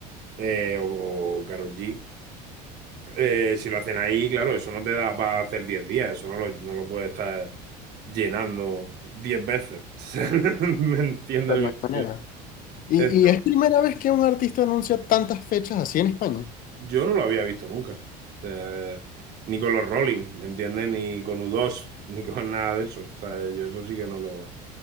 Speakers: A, on the right; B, on the left.
A: eh, o, Carol G. Eh, si lo hacen ahí, claro, eso no te da para hacer 10 días, eso no lo, no lo puedes estar llenando 10 veces. <laughs> ¿Me entiendes
B: pero
A: lo
B: no
A: que
B: hay
A: te
B: manera.
A: quiero
B: Y,
A: Entonces,
B: y es primera vez que un artista anuncia tantas fechas así en España.
A: yo no lo había visto nunca, Eh, ni con los Rolling, ¿me entiendes? Ni con u dos <laughs> ni con nada de eso. O sea, yo eso sí que no lo...